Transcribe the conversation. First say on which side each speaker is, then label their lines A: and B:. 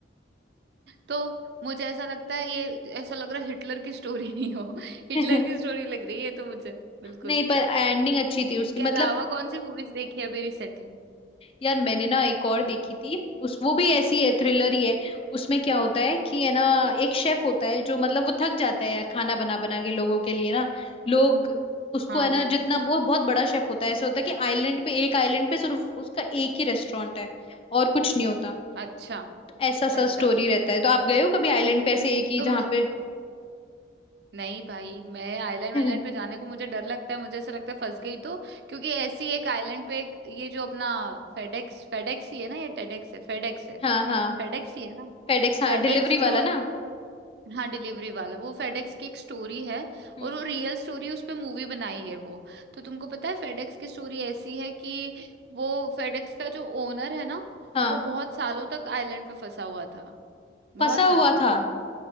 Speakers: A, on the right; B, on the left.
A: तो मुझे ऐसा लगता है ये ऐसा लग रहा है हिटलर की स्टोरी नहीं हो <laughs> हिटलर
B: <laughs>
A: की स्टोरी लग रही है तो मुझे बिल्कुल
B: नहीं पर एंडिंग अच्छी थी
A: इसके
B: उसकी मतलब
A: अलावा कौन सी मूवीज देखी अभी रिसेंटली
B: यार मैंने ना एक और देखी थी उस वो भी ऐसी है थ्रिलर ही है उसमें क्या होता है कि है ना एक शेफ होता है जो मतलब वो थक जाता है यार खाना बना बना के लोगों के लिए ना लोग उसको
A: हाँ
B: है ना
A: हाँ
B: जितना वो बहुत बड़ा शेफ होता है ऐसा होता है कि आइलैंड पे एक आइलैंड पे सिर्फ उसका एक ही रेस्टोरेंट है और कुछ नहीं होता
A: अच्छा
B: तो ऐसा सा
A: अच्छा
B: स्टोरी रहता है तो आप गए हो कभी आइलैंड पे ऐसे एक ही
A: तुमने
B: जहाँ पे
A: नहीं भाई मैं आइलैंड
B: <laughs>
A: वाइलैंड पे जाने को मुझे डर लगता है मुझे ऐसा लगता है फंस गई तो क्योंकि ऐसी एक आइलैंड पे एक- ये जो अपना फेडेक्स फेडेक्स ही है ना ये टेडेक्स है फेडेक्स है
B: हाँ हाँ
A: फेडेक्स ही है ना
B: फेडेक्स हाँ
A: फेडेक्स
B: डिलीवरी
A: जो
B: वाला
A: हो-
B: ना
A: हाँ डिलीवरी वाला वो फेडेक्स की एक स्टोरी है
B: हम्म
A: और वो रियल स्टोरी उस पे मूवी बनाई है वो तो तुमको पता है फेडेक्स की स्टोरी ऐसी है कि वो फेडेक्स का जो ओनर है ना
B: हाँ
A: वो बहुत सालों तक आइलैंड पे फंसा हुआ था बहुत
B: फंसा
A: सालों
B: हुआ था
A: तक